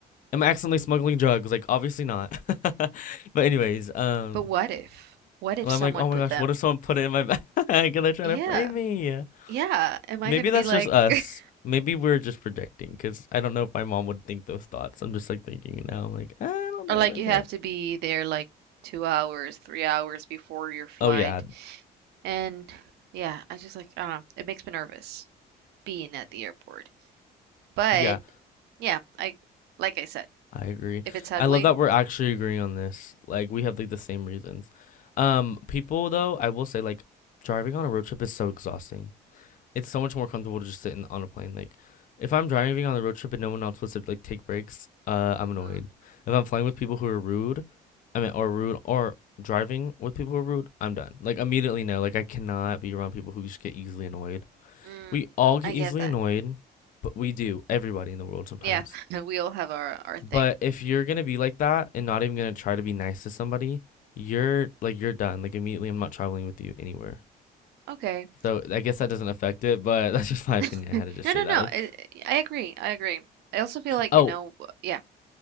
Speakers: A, on the left; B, on the right.
A: Am I accidentally smuggling drugs? Like, obviously not. <laughs> But anyways, um,
B: <laughs> But what if? What if
A: well,
B: someone
A: I'm like, oh
B: put
A: my gosh,
B: them?
A: what if someone put it in my <laughs> bag and they're trying
B: Yeah,
A: to frame me?
B: yeah. Am I
A: Maybe
B: gonna
A: that's
B: be like,
A: just us.
B: <laughs>
A: Maybe we're just projecting, because I don't know if my mom would think those thoughts. I'm just like thinking now, I'm like, I don't know,
B: Or like
A: my
B: you
A: parents.
B: have to be there like two hours, three hours before your flight.
A: Oh yeah,
B: And yeah, I just like, I don't know, it makes me nervous being at the airport. But
A: yeah,
B: yeah, I like I said,
A: I agree.
B: if it's ugly,
A: I love that we're actually agreeing on this. Like we have like the same reasons. Um, people though, I will say like driving on a road trip is so exhausting. it's so much more comfortable to just sit in, on a plane. Like, if I'm driving on the road trip and no one else wants to like take breaks, uh, I'm
B: hmm
A: annoyed. If I'm flying with people who are rude, I mean, or rude, or driving with people who are rude, I'm done. Like immediately, no. Like I cannot be around people who just get easily annoyed.
B: mm,
A: We all get
B: I
A: easily
B: get that.
A: annoyed, but we do. Everybody in the world sometimes.
B: Yeah, <laughs> we all have our our thing.
A: But if you're gonna be like that and not even gonna try to be nice to somebody, you're like you're done. Like immediately, I'm not traveling with you anywhere.
B: Okay.
A: So I guess that doesn't affect it, but <laughs> that's just my opinion.
B: <laughs>
A: I had to just
B: No,
A: say
B: no,
A: that.
B: no.
A: Like
B: I, I agree. I agree. I also feel like,
A: Oh,
B: you know, w- yeah.